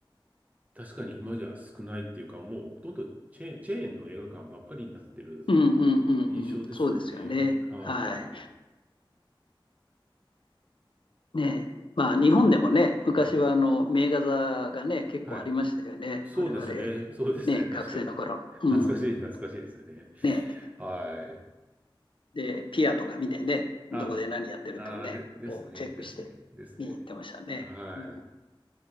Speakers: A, on the right; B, on the left.
A: 確かに今じゃ少ないっていうか、もうほとんどチェーン、チェーンの映画館ばっかりになってる
B: うん、うん、うん、
A: 印象ですよね。
B: うんそうですよね。
A: は
B: はい。ねえ、まあ日本でもね、昔はあの名画座がね、
A: い。はい。
B: 結構ありましたよね。
A: はい。そうですね。
B: 我々、
A: そうですね。
B: ね、
A: 確かに。
B: 学生の頃。うん。
A: 懐かしい、懐かしいですね。
B: ねえ、
A: はい。
B: で、ピアとか見てね、
A: あ、
B: どこで何やってるっていうね、
A: あー、で、ですね、
B: こうチェックして見に行ってましたね。
A: ですね、ですね。はい。
B: うん、